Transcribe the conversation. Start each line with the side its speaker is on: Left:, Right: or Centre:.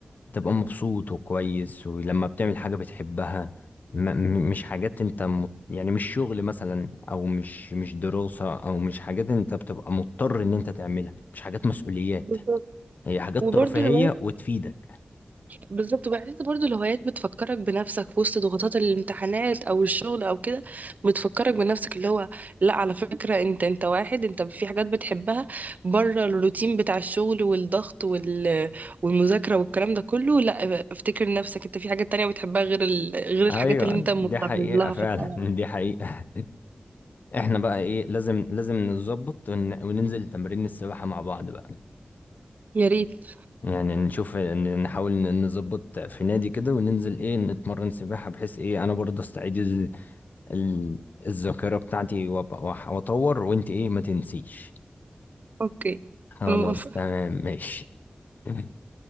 Left: تبقى مبسوط وكويس ولما بتعمل حاجة بتحبها م- م- مش حاجات انت مط- يعني مش شغل مثلا او مش مش دراسة او مش حاجات انت بتبقى مضطر ان انت تعملها مش حاجات مسؤوليات
Right: بالظبط
Left: هي حاجات
Right: وبرضه
Left: ترفيهية
Right: الهوايات
Left: وتفيدك
Right: بالظبط وبحس برضه الهوايات بتفكرك بنفسك في وسط ضغوطات الامتحانات او الشغل او كده بتفكرك بنفسك اللي هو لا على فكره انت انت واحد انت في حاجات بتحبها بره الروتين بتاع الشغل والضغط وال والمذاكره والكلام ده كله لا افتكر نفسك انت في حاجات تانية بتحبها غير ال... غير الحاجات
Left: ايوه
Right: اللي انت
Left: دي
Right: مضطر
Left: حقيقة
Right: لها
Left: فعلا
Right: في الحياه
Left: <laughs> دي حقيقة احنا بقى ايه لازم لازم نظبط ون- وننزل تمرين السباحة مع بعض بقى
Right: يا ريت
Left: يعني نشوف ن- نحاول ن- نظبط في نادي كده وننزل ايه نتمرن سباحة بحيث ايه انا برضه استعيد ال... ال... الذاكرة بتاعتي وأبقى- وأح- واطور وانت ايه ما تنسيش
Right: اوكي
Left: خلاص
Right: انا موافقة.
Left: تمام ماشي <laughs>